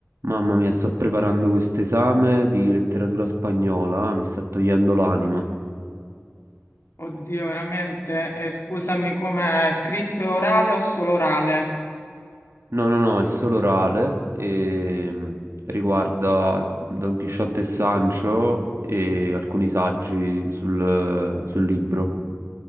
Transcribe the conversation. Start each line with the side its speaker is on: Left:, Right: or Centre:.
Right: Mamma mia, sto preparando questo esame di letteratura spagnola, mi sta togliendo l'anima.
Left: Oddio, veramente? E scusami, com'è scritto orale o solo orale?
Right: No, no, no, è solo orale e mm, riguarda il- Don Chisciotte e Sancho e alcuni saggi sul, sul libro.